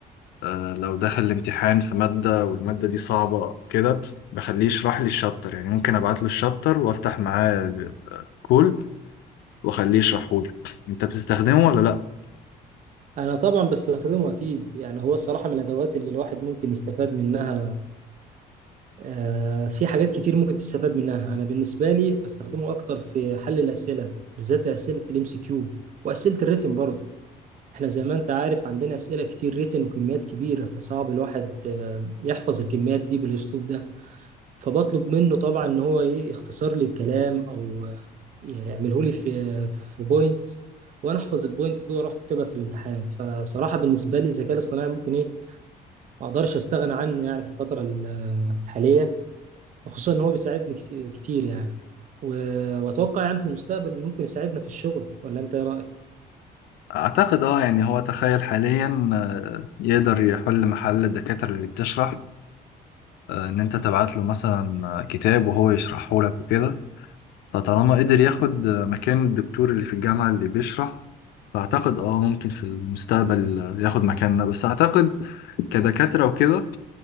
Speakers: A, on the left; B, on the right.
A: آه، لو دخل الامتحان في مادة والمادة دي صعبة كده بخليه يشرح لي الشابتر يعني ممكن أبعت له الشابتر وأفتح معاه كول وأخليه يشرحه لي أنت بتستخدمه ولا لأ؟
B: أنا طبعا بستخدمه أكيد يعني هو الصراحة من الأدوات اللي الواحد ممكن يستفاد منها آه، في حاجات كتير ممكن تستفاد منها انا بالنسبه لي بستخدمه اكتر في حل الاسئله بالذات اسئله الام سي كيو واسئله الريتن برضه احنا زي ما انت عارف عندنا اسئله كتير ريتن وكميات كبيره فصعب الواحد آه، يحفظ الكميات دي بالاسلوب ده فبطلب منه طبعا ان هو ايه يختصر لي الكلام او آه، يعمله لي في في بوينت وانا احفظ البوينتس دي واروح اكتبها في الامتحان فصراحه بالنسبه لي الذكاء الاصطناعي ممكن ايه ما اقدرش استغنى عنه يعني في الفتره ال- الحاليه خصوصا ان هو بيساعدني كت- كتير يعني و- واتوقع يعني في المستقبل ممكن يساعدنا في الشغل ولا انت ايه رايك
A: أعتقد أه يعني هو تخيل حاليا آه، يقدر يحل محل الدكاترة اللي بتشرح آه، إن أنت تبعت له مثلا آه، كتاب وهو يشرحه لك وكده فطالما قدر ياخد آه، مكان الدكتور اللي في الجامعة اللي بيشرح فأعتقد أه ممكن في المستقبل آه، ياخد مكاننا بس أعتقد كدكاترة وكده